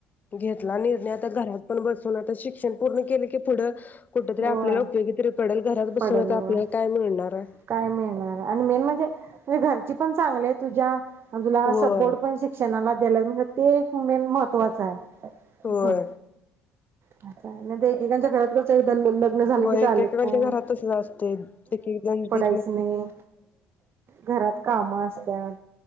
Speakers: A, on the left (about 30°); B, on the right (about 45°).
A: घेतला निर्णय आता घरात पण बसून आता शिक्षण पूर्ण केलं की पुढं कुठ तरी
B: होय
A: आपल्याला उपयोगी तरी पडल घरात बसून
B: पडेल
A: आता
B: होय.
A: आपल्याला काय मिळणार आहे.
B: काय मिळणार आणि मेन म्हण हे घरची पण चांगली आहे तुझ्या हा तुला अस
A: होय
B: बोर्ड पण शिक्षणाला द्यालात <unintelligible> ते एक मेन महत्वाचं हाय
A: होय
B: हम त्याच नायतर एकेकांच्या घरात <unintelligible> झालं
A: होय
B: की चालत
A: एकेकांच्या
B: नाही.
A: घरात तसच असतय एकेकजण दि
B: अस नायये घरात काम अस त्या